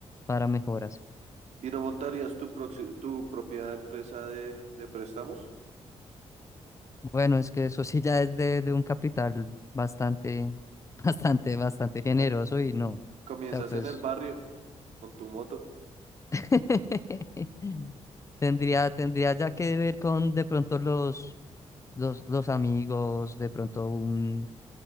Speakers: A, on the left; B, on the right.
A: para mejoras.
B: ¿Y no montarías tu, proxi- tu propia empresa de, de préstamos?
A: Bueno, es que eso sí ya es de, de un capital bastante, <laughs> bastante, bastante generoso
B: <laughs>
A: y no. O
B: Comienzas
A: sea, pues
B: en el barrio con tu moto.
A: <laughs> tendría, tendría ya que ver con de pronto los, los, los amigos, de pronto un,